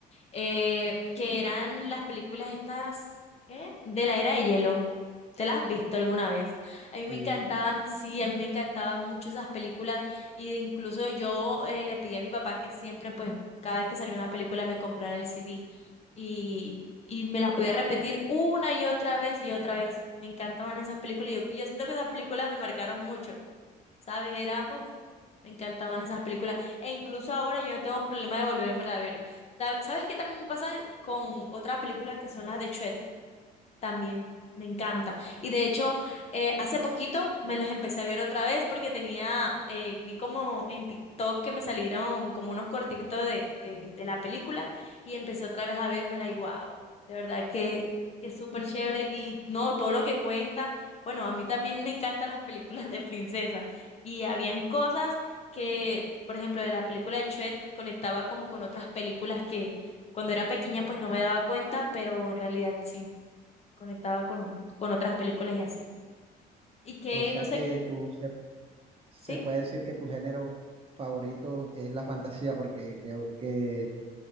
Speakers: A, on the left; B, on the right.
A: eh, que eran las películas estas, ¿qué? De la era de hielo. ¿Te las has visto alguna vez? A mí me
B: Sí.
A: encantaban, sí, a mí me encantaban mucho esas películas y de incluso yo eh, le pedí a mi papá que siempre, pues, cada vez que salía una película me comprara el CD y, y me las podía repetir una y otra vez y otra vez. Me encantaban esas películas y yo, y yo siento que esas películas me marcaron mucho, ¿sabes? Era, uf, me encantaban esas películas e incluso ahora yo no tengo problema de volvérmela a ver. Sa- ¿Sabes qué también me pasa con otras películas que son las de Shrek? También, me encanta. Y de hecho, eh, hace poquito me las empecé a ver otra vez porque tenía, eh, vi como en TikTok que me salieron como unos cortitos de, de, de la película y empecé otra vez a vérmela y wow, de verdad que, que es súper chévere y no, todo lo que cuenta, bueno, a mí también me encantan las películas de princesa y habían cosas que, por ejemplo, de la película de Chet conectaba como con otras películas que... Cuando era pequeña, pues no me daba cuenta, pero en realidad sí conectaba con, con otras películas y así. Y que,
B: O sea
A: no sé,
B: que tú se, se
A: ¿sí?
B: puede decir que tu género favorito es la fantasía, porque veo que,